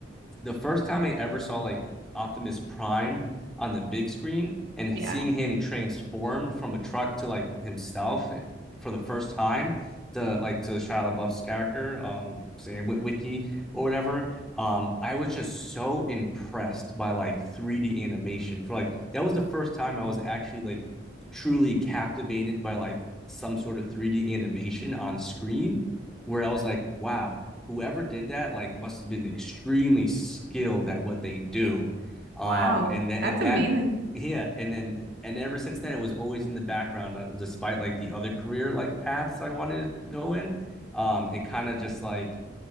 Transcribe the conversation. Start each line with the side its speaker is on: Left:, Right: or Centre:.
Centre: the first time I ever saw like Optimus Prime on the big screen and
Right: yeah
Centre: seeing him transform from a truck to like himself for the first time to like to Shia LaBeouf's character, um, say Wi- Wiki or whatever. Um, I was just so impressed by like 3D animation for like that was the first time I was actually like truly captivated by like some sort of 3D animation on screen where I was like, wow, whoever did that like must have been extremely skilled at what they do. Um,
Right: wow
Centre: and that
Right: that's
Centre: and
Right: amazing
Centre: that yeah, and then and ever since then it was always in the background, uh, despite like the other career like paths I wanted to go in. Um, it kind of just like